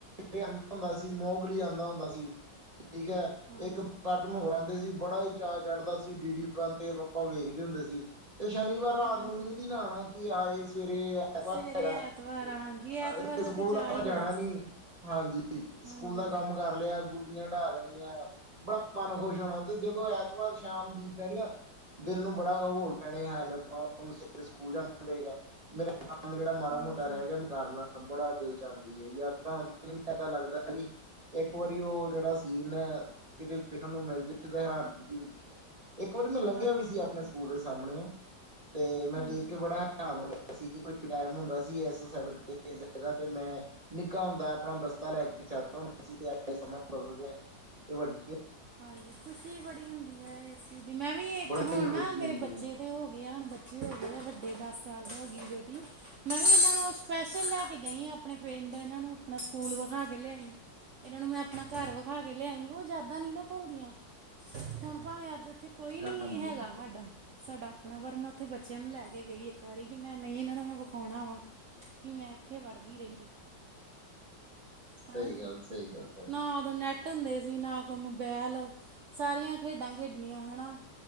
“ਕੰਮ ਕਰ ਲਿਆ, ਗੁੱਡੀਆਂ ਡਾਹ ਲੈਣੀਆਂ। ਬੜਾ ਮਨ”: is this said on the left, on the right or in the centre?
Right